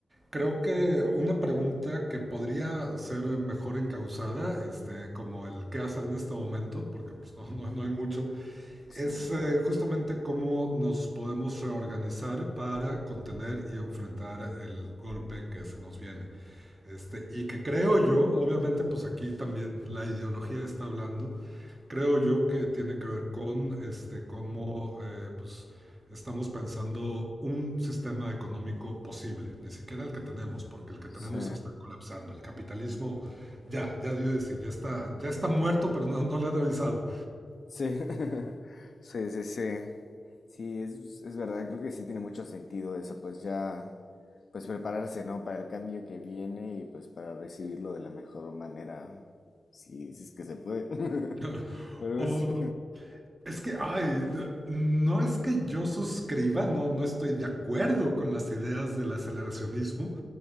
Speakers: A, on the right; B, on the left.
A: Creo que una pregunta que podría ser mejor encauzada, este, como el qué hacer en este momento, porque pues, no, no- no hay mucho, es
B: Sí,
A: eh, justamente cómo nos podemos reorganizar para contener y enfrentar el golpe que se nos viene. Este, y que creo yo, obviamente, pues aquí también la ideología está hablando, Creo yo que tiene que ver con este, cómo eh, pues, estamos pensando un sistema económico posible, ni siquiera el que tenemos, porque el que tenemos
B: sí,
A: se está colapsando. El capitalismo ya, ya dio de sí, ya está, ya está muerto, pero no, no le han avisado.
B: sí. <laughs> Sí, sí, sí. Sí, es, es verdad, creo que sí tiene mucho sentido eso, pues ya, pues prepararse, ¿no? Para el cambio que viene y pues para recibirlo de la mejor manera, si, si es que se puede. <laughs>
A: <laughs>
B: Algo
A: O,
B: así.
A: Es que, ay, de- no es que yo suscriba, no, no estoy de acuerdo con las ideas del aceleracionismo,